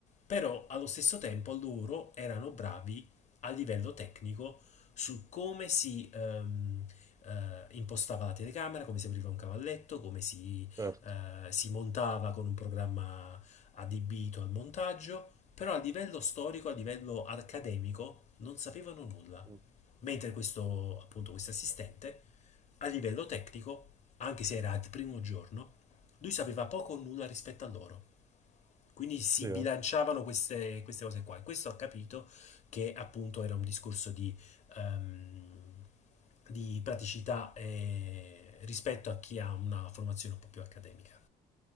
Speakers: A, on the left; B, on the right.
A: però allo stesso tempo loro erano bravi a livello tecnico su come si ehm, eh, impostava la telecamera, come si apriva un cavalletto, come si,
B: Certo.
A: eh, si montava con un programma adibito al montaggio, però a livello storico, a livello accademico, non sapevano nulla.
B: Mm.
A: Mentre questo, appunto, questo assistente, a livello tecnico, anche se era il primo giorno, lui sapeva poco o nulla rispetto a loro. Quindi si
B: Sì, eh.
A: bilanciavano queste, queste cose qua. E questo ha capito che appunto era un discorso di, ehm, di praticità eh, rispetto a chi ha una formazione un po' più accademica.